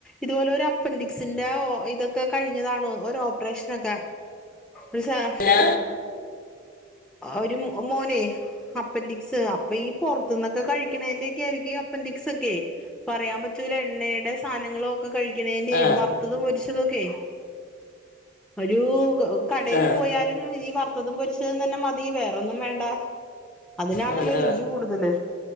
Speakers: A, in the centre; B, on the left (about 45°).
A: ഇതുപോലെ ഒരു അപ്പൻ്റിക് സിന്റെ ഇതൊക്കെ കഴിഞ്ഞതാണ് ഒരു ഓപ്പറേഷനൊക്കെ മനസിലായോ
B: അല്ല
A: ഒരു മോനെ അപ്പൻഡിക്സ് അപ്പൊ ഈ പുറത്തു നിന്നൊക്കെ കഴിക്കണതിന്റെയൊക്കെ ആയിരിക്കും അപ്പൻഡിക്സ് ഒക്കെ പറയാൻ പറ്റൂല എണ്ണയുടെ സാധനങ്ങളും കഴിക്കണേന്റെയും
B: ആ
A: വറുത്തതും പൊരിച്ചതൊക്കെ ഒരു കടയിൽ
B: ആ
A: പോയാലും ഈ വറത്തതും പൊരിച്ചതും തന്നെ മതി വേറൊന്നും വേണ്ട അതിനാണല്ലോ
B: ആ, എന്താ
A: രുചി കൂടുതല്